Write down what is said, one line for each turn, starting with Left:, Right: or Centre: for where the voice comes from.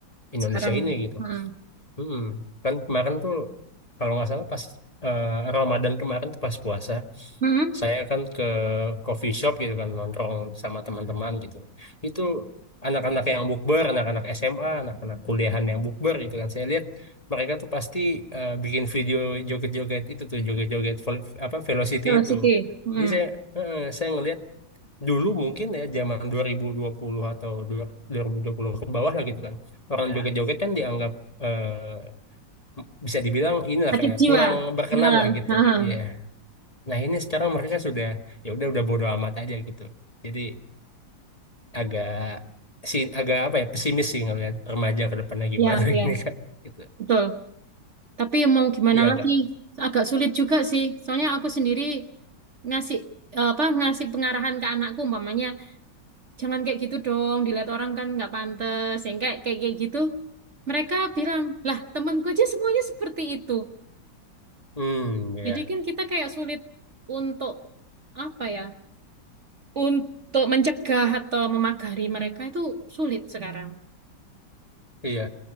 Left: Indonesia
Right: Sekarang,
Left: ini gitu.
Right: hmm.
Left: Hmm, kan kemarin tuh kalau nggak salah pas eh, Ramadan kemarin tuh pas puasa,
Right: Hmm.
Left: saya kan ke coffee shop gitu kan nongkrong sama teman-teman gitu. Itu anak-anak yang bukber, anak-anak SMA, anak-anak kuliahan yang bukber gitu kan. Saya lihat mereka tuh pasti eh, bikin video joget-joget itu tuh, joget-joget vel- apa velocity
Right: Velocity.
Left: itu.
Right: Hmm.
Left: Jadi saya eh, saya ngelihat dulu mungkin ya zaman dua dua ribu dua puluh atau dua- 2020 ke bawah lah gitu kan. Orang Ya. joget-joget kan dianggap eh, bisa dibilang inilah
Right: Sakit
Left: kayak
Right: jiwa.
Left: kurang berkenan
Right: Nah,
Left: lah gitu.
Right: nah.
Left: Iya. Nah, ini sekarang mereka sudah ya udah udah bodo amat aja gitu. Jadi agak si agak apa ya pesimis sih ngelihat remaja ke depannya gimana
Right: Ya,
Left: <laughs>
Right: ya,
Left: ini Kak gitu.
Right: betul. Tapi mau gimana
Left: Iya,
Right: lagi,
Left: Kak.
Right: agak sulit juga sih. Soalnya aku sendiri ngasih eh, apa ngasih pengarahan ke anakku umpamanya jangan kayak gitu dong dilihat orang kan nggak pantas yang kayak kayak kayak gitu mereka bilang lah temanku aja semuanya seperti itu
Left: Hmm, iya.
Right: jadi kan kita kayak sulit untuk apa ya untuk mencegah atau memagari mereka itu sulit sekarang
Left: Iya.